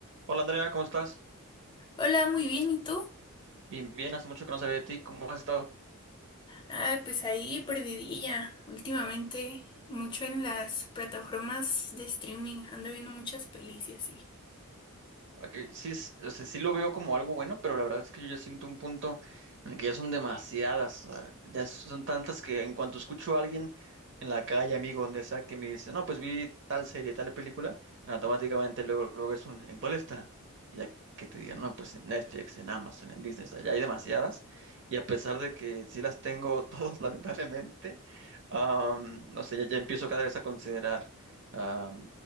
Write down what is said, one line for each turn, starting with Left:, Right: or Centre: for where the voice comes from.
Right: Hola Andrea, ¿cómo estás?
Left: Hola, muy bien, ¿y tú?
Right: Bien, bien, hace mucho que no sabía de ti, ¿cómo has estado?
Left: Ah, pues ahí perdidilla. Últimamente, mucho en las plataformas de streaming, ando viendo muchas pelis y así.
Right: Ok, sí, es- o sea, sí lo veo como algo bueno, pero la verdad es que yo ya siento un punto en el que ya son demasiadas, o ya son tantas que en cuanto escucho a alguien en la calle, amigo, donde sea, que me dice, no, pues vi tal serie, tal película, automáticamente luego, luego es un, ¿en cuál está? Y ya que te digan, no, pues en Netflix, en Amazon, en Disney, o sea, ya hay demasiadas, y a pesar de que sí las tengo <laughs> todas, lamentablemente, am, no sé, ya, ya empiezo cada vez a considerar, am,